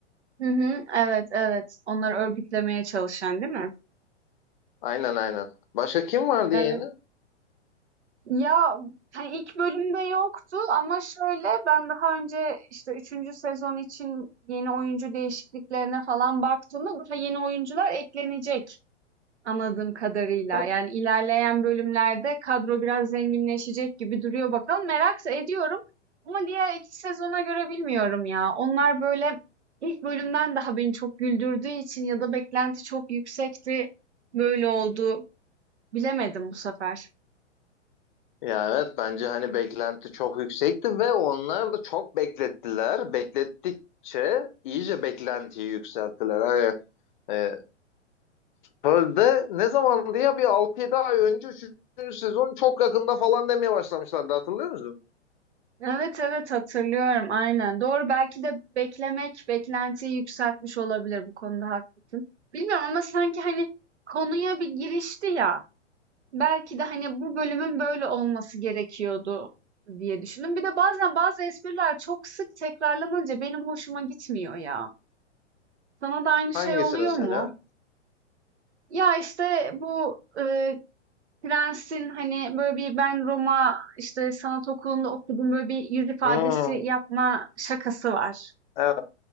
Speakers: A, on the right; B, on the left.
A: Hı hı. Evet, evet. Onları örgütlemeye çalışan, değil mi?
B: Aynen aynen. Başka kim vardı
A: Evet.
B: yeni?
A: Ya, hani, ilk bölümde yoktu ama şöyle, ben daha önce, işte, üçüncü sezon için yeni oyuncu değişikliklerine falan baktığımda daha yeni oyuncular eklenecek. Anladığım kadarıyla.
B: Hı.
A: Yani ilerleyen bölümlerde kadro biraz zenginleşecek gibi duruyor bakalım. Merak ediyorum. Ama diğer iki sezona göre bilmiyorum ya. Onlar böyle ilk bölümden daha beni çok güldürdüğü için ya da beklenti çok yüksekti. Böyle oldu. Bilemedim bu sefer.
B: Ya evet bence hani beklenti çok yüksekti ve onlar da çok beklettiler. Beklettikçe iyice beklentiyi yükselttiler. Hani e, sözde ne zamandı ya bir 6-7 ay önce 3. sezon çok yakında falan demeye başlamışlardı hatırlıyor musun?
A: Evet evet hatırlıyorum aynen. Doğru belki de beklemek beklentiyi yükseltmiş olabilir bu konuda haklısın. Bilmiyorum ama sanki hani konuya bir girişti ya. Belki de hani bu bölümün böyle olması gerekiyordu diye düşündüm. Bir de bazen bazı espriler çok sık tekrarlanınca benim hoşuma gitmiyor ya. Sana da aynı şey
B: Hangisi
A: oluyor
B: mesela?
A: mu? Ya işte bu e, prensin hani böyle bir ben Roma işte sanat okulunda okudum böyle bir yüz ifadesi
B: Hmm,
A: yapma şakası var.
B: evet